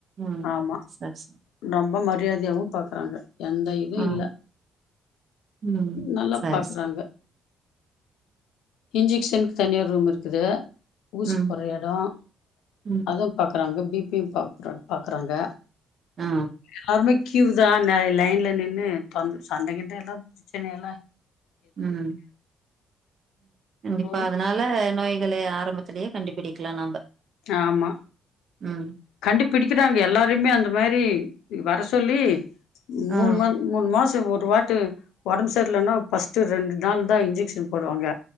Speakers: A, on the right (about 50°); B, on the left (about 90°).
A: ம்
B: ஆமா
A: சரி சரி
B: ரொம்ப மாறி மரியாதையாவும் பாக்குறாங்க எந்த இதுவும்
A: ம்
B: இல்லே
A: ம்.
B: நல்லா
A: சரி,
B: பாக்குறாங்க
A: சரி.
B: இன்ஜெக்ஷனுக்கு தனியா ரூம் இருக்குது ஊசி
A: ம்,
B: போடுற இடம்
A: ம்,
B: அதுவும் பாக்குறாங்க பிபி பாக்குறாங் பார்க்கறாங்க
A: ஆ,
B: யாருமே கியூ தான் லைன்லே நின்னு சண்டைகிண்டை எல்லாம் இருந்த பிரச்சனை இல்லே
A: உம் கண்டிப்பா
B: ம்
A: அதனால என்ன நோய்களை ஆரம்பத்திலயே கண்டுபிடிக்கலாம் நாம்ப
B: ஆமா
A: உம்
B: கண்டுபிடிக்கிறாங்க எல்லாரையுமே அந்த மாதிரி வர சொல்லி
A: ஆ,
B: மூணு மந்த் மூணு மாசம் பொறுத் ஒருவாட்டி ஒடம்பு சரியலன்னா ஃபர்ஸ்ட் ரெண்டு நாள் தா இன்ஜெக்ஷன் போடுவாங்க